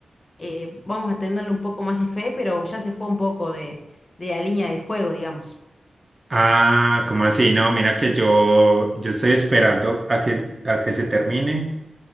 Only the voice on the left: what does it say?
eh, vamos a tenerle un poco más de fe, pero ya se fue un poco de, de la línea del juego, digamos.